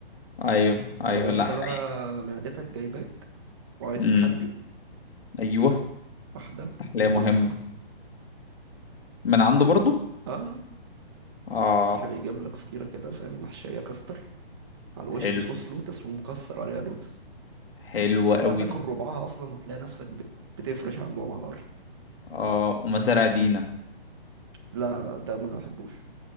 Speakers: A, on the left (about 70°); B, on the right (about 25°).
A: ايوه
B: ولو
A: ايوه
B: انت
A: لا حقيقة
B: بقى معدتك جايباك وعايز
A: امم
B: تحلي
A: ايوه
B: واحدة
A: تحلية مهمة
B: لوتس
A: من عنده برضو
B: اه
A: اه
B: مش بيجيب لك فطيرة كده فاهم محشية كاستر على الوش
A: حلو
B: صوص لوتس ومكسر عليها لوتس
A: حلو
B: انت
A: قوي
B: هتاكل
A: ده
B: ربعها اصلا وتلاقي نفسك بت... بتفرش عندهم على الارض
A: اه ومزارع دينا
B: لا لا ده ما احبوش